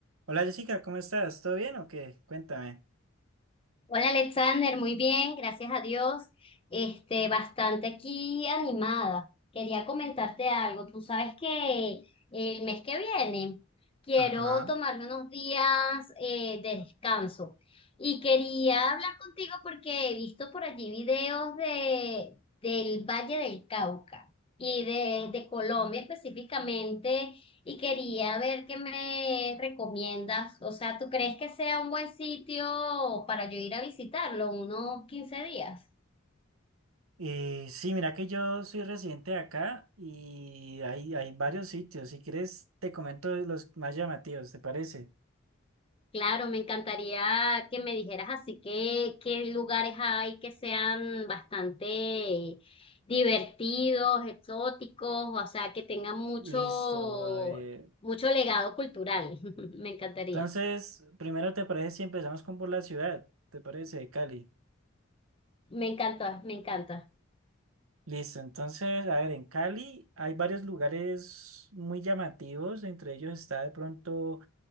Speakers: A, on the right (about 85°); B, on the left (about 25°).
A: Hola Jessica, ¿cómo estás? ¿Todo bien o qué? Cuéntame.
B: Hola Alexander, muy bien, gracias a Dios. Este, bastante aquí animada. Quería comentarte algo. Tú sabes que el mes que viene quiero
A: Ajá.
B: tomarme unos días eh, de descanso y quería hablar contigo porque he visto por allí videos de, del Valle del Cauca y de, de Colombia específicamente y quería ver qué me recomiendas. O sea, ¿tú crees que sea un buen sitio para yo ir a visitarlo unos quince días?
A: Eh, sí, mira que yo soy residente de acá y hay, hay varios sitios. Si quieres, te comento los más llamativos, ¿te parece?
B: Claro, me encantaría que me dijeras así que qué lugares hay que sean bastante divertidos, exóticos, o sea, que tengan mucho,
A: Listo. a ver.
B: mucho legado cultural. <laughs> Me encantaría.
A: Entonces, primero, ¿te parece si empezamos con por la ciudad? ¿Te parece? De Cali.
B: Me encanta, me encanta.
A: Listo. Entonces, a ver, en Cali hay varios lugares muy llamativos. Entre ellos está de pronto.